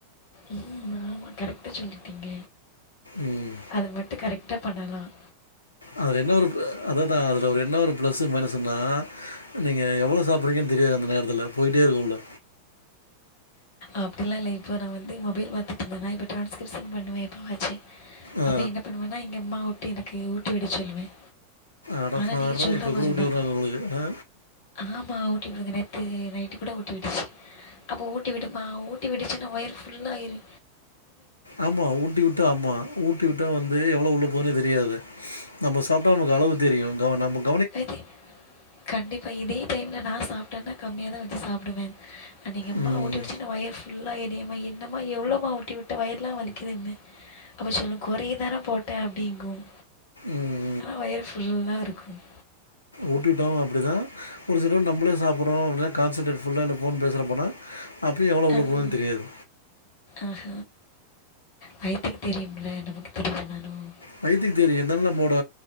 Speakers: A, on the left; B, on the left.
A: உம் ஆமா கரெக்டா சொல்லிட்டீங்க
B: ம்.
A: அது மட்டும் கரெக்ட் கிட்டப்படலாம்
B: அதுல என்ன ஒரு அத தான் அதுல ஒரு என்ன ஒரு பிளஸ் மைனஸ்ன்னா நீங்க எவ்ளோ சாப்படுறீங்கன்னு தெரியாது அந்நேரத்தில் போயிட்டே இருக்கும்ல
A: அப்படிலாம் இல்ல இப்போ நான் வந்து மொபைல் பாத்தட்டுருந்தேன்னா இப்போ ட்ரான்ஸ்கிரிப்ஷன் பண்ணுவன் எப்பவாச்சு
B: ஆ.
A: அப்ப என்ன பண்ணுவன்னா எங்க அம்மா ஊட்டி எனக்கு ஊட்டிவிட சொல்லுவேன்
B: அட
A: ஆனா
B: பார்றா!
A: நீங்க சொல்ற
B: இப்ப
A: மாதிரி
B: கூட ஊட்டி
A: தான்
B: விடுறாங்க உங்களுக்கு. ஆ.
A: ஆமா ஊட்டி விடுங்க நேத்து நைட்டு கூட ஊட்டிடிச்சு அப்ப ஊட்டி விடுமா ஊட்டி விடிச்சுன்னா வயர் ஃபுல்ல ஆயிரு
B: ஆமா ஊட்டி விட்டு ஆமா ஊட்டி விட்ட வந்து எவ்வளவு உள்ள போ போனு தெரியாது நம்ம சாப்ட்டா நமக்கு அளவு தெரியும் க நமக்கு
A: அ கண்டிப்பா இதே டைம்ல நான் சாப்பிட்டேன்னா கம்மியா தான் வச்சு சாப்பிடுவேன் அ நீ எங்கம்மா
B: ம்.
A: ஊட்டி விட்டுச்சின வயிர் ஃபுல் ஃபுல்லாயிரும் ஏம்மா என்னம்மா எவ்வளோமா ஊட்டி விட்ட வயி ரெல்லாம் வலிக்குதுன்பேன் அப்போ சொல்லும் குறையதானே போட்டேன் அப்படிங்கும்
B: ம்.
A: ஆனா வயிற ஃபுல்லா இருக்கு <inaudible>
B: ஊட்டிவிட்டோம் அப்படிதான் ஒரு சிலம் நம்ளே சாப்டடுறோம் அப்படின்னா கான்சன்ட்ரேட் ஃபுல்ல அந்த ஃபோன் பேசுற போனா அப்பயும் எவ்வளோ உள்ள
A: ஆஹ்
B: போகுதுன்னு தெரியாது.
A: ஆஹ வயித்துக்கு தெரியும்ல நமக்கு தெரியலனாலும்
B: வயித்துக்கு தெரியும் இருந்தாலும் நம்மோட